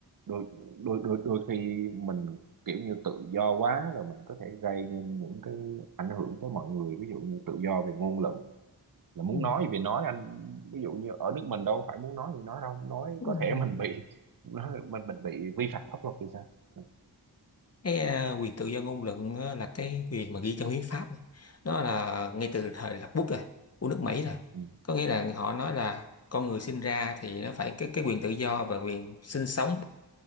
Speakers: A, on the right; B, on the left.
A: đôi đôi đôi đôi khi mình kiểu như tự do quá rồi mình có thể gây nên những cái ảnh hưởng tới mọi người ví dụ như tự do về ngôn luận là muốn
B: Ừ.
A: nói thì nói anh ví dụ như ở nước mình đâu phải muốn nói thì nói đâu nói
B: Ừ.
A: có thể <laughs> mình bị nói, mình mình bị vi phạm pháp luật thì sao ừ,
B: cái à, quyền tự do ngôn luận á, là cái quyền mà ghi trong hiến pháp mà. nó là ngay từ thời lập quốc rồi của nước Mỹ rồi
A: ừ,
B: có nghĩa là họ nói là con người sinh ra thì nó phải cái cái quyền tự do và quyền sinh sống